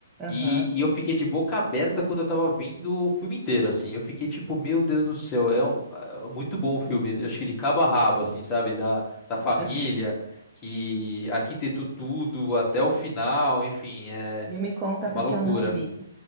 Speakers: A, on the left; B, on the right.
A: E,
B: Aham,
A: e eu fiquei de boca aberta quando eu tava vendo o filme inteiro, assim. Eu fiquei tipo, meu Deus do céu, é, um- é muito bom o filme. Eu Acho que de cabo a rabo, assim, sabe? Da, da família,
B: aham.
A: que arquitetou tudo até o final, enfim, é,
B: Não me conta
A: é
B: porque
A: uma loucura.
B: eu não vi.